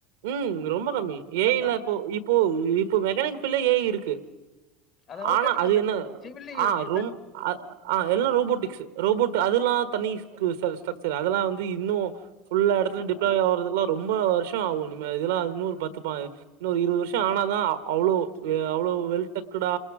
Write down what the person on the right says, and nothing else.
உம் ரொம்ப கம்மி ஏ ஐ எல்லாம்
இப்போ இப்போ இப்போ மெக்கானிக் ஃபீல்டு ல ஏ ஐ இருக்கு
ஆனா அது என்ன
ஆ
ரோம் ஆ எல்லாம் ரோபோட்டிக்ஸ் ரோபோட் அதுல்லா தண்ணி கூசார் ஸ்டக்சர் அதெல்லா வந்து இன்னு புல்லா
எடத்துலயு டிப்லாமோ வரத்து குலா ரொம்ப வருஷ் ஆ ஒன்னுமே இதெல்லா இன்னோர் பத்து பா இன்னொரு இருவது வருஷோ ஆனா தா அவ்ளோ ஆ அவ்ளோ வெல்த் டக்குடா